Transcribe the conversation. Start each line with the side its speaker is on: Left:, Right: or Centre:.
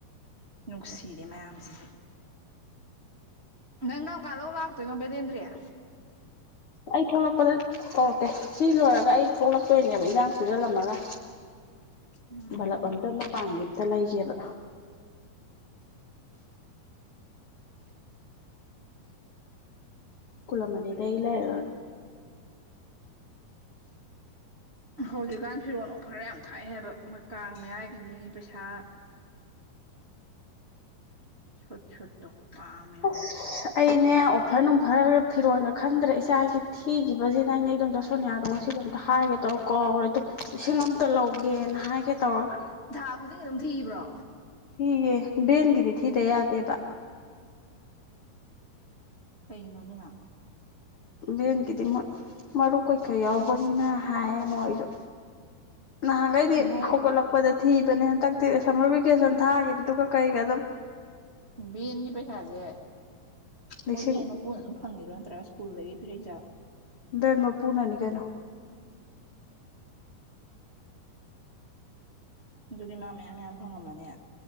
Right: ꯅꯨꯡꯁꯤꯔꯦ ꯃꯌꯥꯝꯁꯤꯁꯨ ꯅꯪ ꯀꯝꯀ ꯂꯧ ꯂꯥꯛꯇꯣꯏꯅꯣ ꯕꯗꯦꯟꯗ꯭ꯔꯔꯤ
Left: ꯑꯩ ꯊꯣꯛꯂꯛꯄꯗ ꯇꯧꯔꯛꯇꯦ ꯁꯤ ꯂꯣꯏꯔꯒ ꯑꯩ ꯊꯣꯛꯂꯛꯇꯣꯏꯅꯦꯕ ꯏꯔꯥꯡ ꯆꯨꯖꯜꯂꯝꯃꯒ
Right: ꯎꯝ
Left: ꯂ ꯐꯇꯅ ꯄꯥꯡ ꯑ ꯇ ꯂꯩꯒꯦꯕ ꯀꯂꯃꯅꯤ ꯂꯩ ꯂꯩ
Right: ꯍꯧꯖꯤꯛꯀꯥꯟ ꯐꯤꯔꯣꯟꯜ ꯑꯣꯐꯔ ꯌꯥꯝ ꯊꯥꯛꯑ ꯍꯥꯏꯕꯣꯏ ꯀꯥꯡ ꯃꯌꯥꯏꯒꯤꯅꯤ ꯄꯩꯁꯥ ꯁꯣꯠ ꯁꯣꯠꯣ ꯋꯥꯝꯕ
Left: ꯑꯁ ꯑꯩꯅꯦ ꯑꯣꯐꯔ ꯅꯨꯡꯐꯔꯒ ꯐꯤꯔꯣꯟꯒ ꯈꯟꯗ꯭ꯔꯦ ꯏꯆꯥꯒꯤ ꯊꯤꯈꯤꯕꯁꯤꯅ ꯑꯅꯦ ꯏꯗꯣꯝꯇ ꯁꯣꯅꯤꯌꯥꯗ ꯉꯁꯤꯗꯣ ꯑꯝꯇ ꯍꯥꯏꯒꯦ ꯇꯧꯔ ꯀꯧꯔꯦꯗꯣ ꯂꯤꯁꯤꯡ ꯑꯃ ꯇ ꯂꯧꯒꯦꯅ ꯍꯥꯏꯒꯦ ꯇꯧꯔꯒ
Right: ꯊꯥ ꯈꯨꯗꯤꯡꯒꯤ ꯑꯗꯨꯝ ꯊꯤꯕ꯭ꯔꯣ
Left: ꯊꯤꯌꯦꯦ ꯦꯟꯒꯗꯤ ꯊꯤꯗ ꯌꯥꯗꯦꯕ
Right: ꯀꯩꯒꯤꯅꯣ ꯑꯗꯨꯅꯥ
Left: ꯚꯦꯟꯒꯤꯗꯤ ꯃꯔꯨꯞ ꯀꯩꯀꯩ ꯌꯥꯎꯕꯅꯤꯅ ꯍꯥꯏꯌꯦ ꯃꯣꯏꯁꯨ ꯅꯍꯥꯟꯈꯩꯗꯤ
Right: ꯃꯣꯏ
Left: ꯍꯧꯒꯠꯂꯛꯄꯗ ꯊꯤꯕꯅꯦ ꯇꯛꯇꯤ ꯁꯝꯃꯔ ꯚꯦꯀꯦꯁꯟ ꯊꯥꯒꯤꯈꯤꯕꯗꯨꯒ ꯀꯩꯒ ꯑꯗꯨꯝ
Right: ꯕꯦꯟꯒꯤ ꯄꯩꯁꯥꯁꯦ
Left: ꯂꯤꯁꯤꯡ
Right: ꯃꯣꯏ ꯕꯦꯟ ꯃꯄꯨꯅ ꯑꯗꯨꯝ ꯐꯪꯉꯤꯔꯣ ꯅꯠꯇ꯭ꯔꯒ ꯁ꯭ꯀꯨꯜꯗꯒꯤ ꯄꯤꯔꯛꯖꯥꯂꯣ
Left: ꯕꯦꯟ ꯃꯄꯨꯅꯅꯤ ꯀꯩꯅꯣ
Right: ꯑꯗꯨꯗꯤ ꯃꯥ ꯃꯌꯥꯝ ꯃꯌꯥꯝ ꯐꯪꯉꯝꯃꯅꯦ